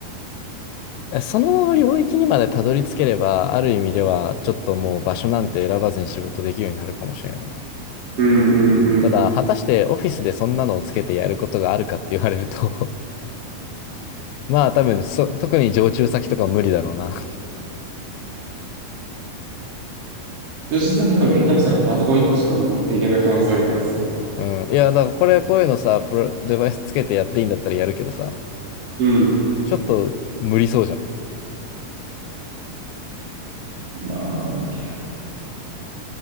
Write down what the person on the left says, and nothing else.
えその領域にまでたどり着ければ、ある意味では、ちょっともう場所なんて選ばずに仕事できるようになるかもしれないな。
ただ、果たしてオフィスでそんなのをつけてやることがあるかって言われると <laughs> まあ多分そ、特に常駐先とか無理だろうな。
うん。いや、だからこれ、こういうのさ、プロ、デバイスつけてやっていいんだったらやるけどさ、
ちょっと無理そうじゃん。